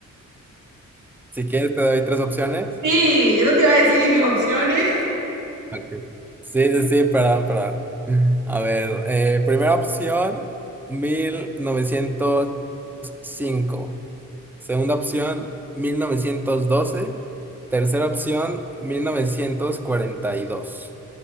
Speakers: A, in the centre; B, on the right.
A: Si quieres te doy tres opciones.
B: Sí, eso te iba a decir, y mis opciones.
A: Ok. Sí, sí, sí, perdón, perdón. A ver, eh, primera opción, mil novecientos cinco Segunda opción, mil novecientos doce Tercera opción, mil mil novecientos cuarenta y dos